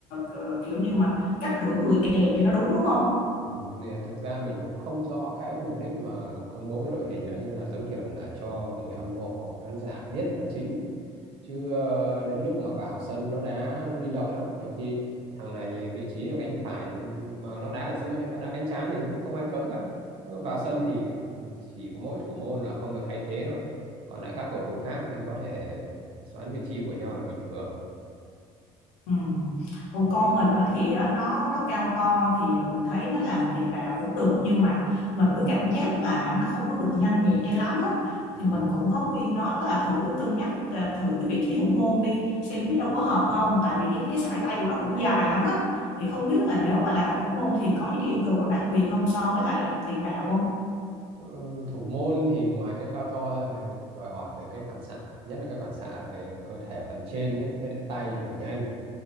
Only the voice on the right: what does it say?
Thế nên thực ra mình cũng không rõ cái mục đích mà công bố cái đội hình đó như là giống kiểu là cho người hâm mộ khán giả biết là chính chứ ờ, đến lúc mà vào sân nó đá linh động lắm nhiều khi thằng này vị trí ở cánh phải mà nó đá ở giữa hay nó đá cánh trái thì cũng không ai cấm cả nó vào sân thì chỉ có mỗi thủ môn là không được thay thế thôi còn lại các cầu thủ khác có thể xoán vị trí của nhau là bình thường
ừ.
Ừ, thủ môn thì ngoài cái cao to thì đòi hỏi về cái phản xạ nhất là cái phản xạ về cơ thể phần trên đấy với lại tay là phải nhanh